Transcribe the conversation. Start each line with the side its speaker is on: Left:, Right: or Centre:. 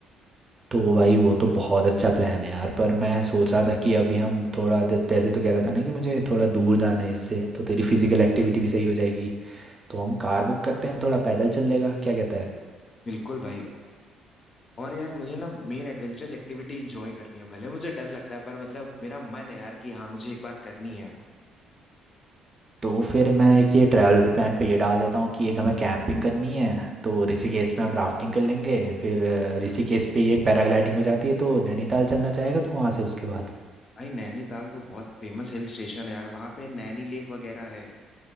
Right: तो भाई वो तो बहुत अच्छा प्लान है यार पर मैं सोच रहा था कि अभी हम थोड़ा दे- जैसे तो कह रहा था ना कि मुझे थोड़ा दूर जाना है इससे तो तेरी फिजिकल एक्टिविटी भी सही हो जाएगी तो हम कार बुक करते हैं थोड़ा पैदल चल लेगा क्या कहता है
Left: बिल्कुल भाई और यार मुझे ना मेन एडवेंचरस एक्टिविटी इंजॉय करनी है भले मुझे डर लगता है पर मतलब मेरा मन है यार कि हाँ मुझे एक बार करनी है
Right: तो फिर मैं एक ये ट्रैवल प्लान पे ये डाल देता हूँ कि एक हमें कैंपिंग करनी है तो ऋषिकेश में हम राफ्टिंग कर लेंगे फिर अ, ऋषिकेश पे ये पैराग्लाइडिंग हो जाती है तो नैनीताल चलना चाहेगा तो वहाँ से उसके बाद
Left: भाई नैनीताल तो बहुत फेमस हिल स्टेशन है यार वहाँ पे नैनी लेक वगैरह है